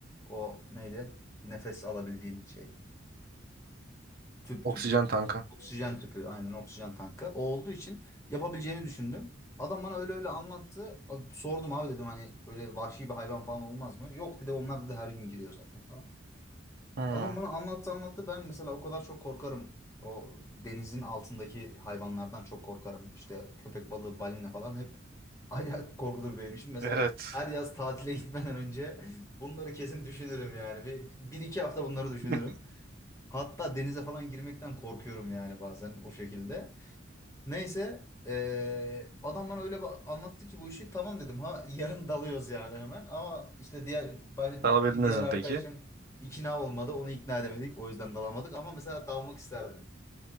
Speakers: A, on the left; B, on the right.
A: o neydi? Nefes alabildiğin şey. Tüp
B: Oksijen
A: tüp.
B: tanka.
A: Oksijen tüpü. Aynen oksijen tankı. O olduğu için yapabileceğini düşündüm. Adam bana öyle öyle anlattı. Sordum abi dedim hani öyle vahşi bir hayvan falan olmaz mı? Yok dedi onlar dedi her gün giriyor zaten falan.
B: Hı.
A: Adam bana anlattı anlattı. Ben mesela o kadar çok korkarım. O denizin altındaki hayvanlardan çok korkarım. İşte köpek balığı, balina falan hep <laughs> acayip korkulur benim için. Mesela
B: Evet.
A: her yaz tatile gitmeden önce <laughs> bunları kesin düşünürüm yani. Bir, bir iki hafta bunları düşünürüm.
B: <laughs>
A: Hatta denize falan girmekten korkuyorum yani bazen o şekilde. Neyse eee adam bana öyle ba- anlattı ki bu işi tamam dedim. Ha <laughs> yarın dalıyoruz yani hemen. Ama işte diğer ben-
B: Alabildiniz
A: bir diğer
B: mi
A: arkadaşım
B: peki?
A: ikna olmadı. Onu ikna edemedik. O yüzden dalamadık. Ama mesela dalmak isterdim.